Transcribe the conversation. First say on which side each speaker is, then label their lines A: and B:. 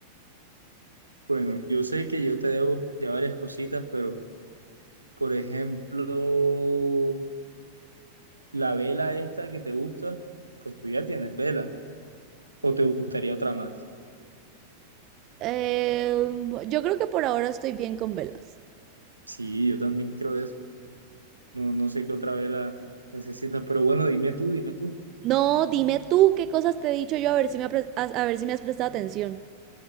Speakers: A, on the right; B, on the right.
A: bueno, yo sé que yo te debo ya varias cositas, pero, por ejemplo, la vela esta que te gusta, pues tú ya tienes vela, o te gustaría otra más.
B: Eh, yo creo que por ahora estoy bien con velas.
A: Sí, yo también creo eso, no, no sé qué otra vela necesitas, pero bueno, dime tú, dime tú.
B: No, dime tú qué cosas te he dicho yo a ver si me, ha pres- a, a ver si me has prestado atención.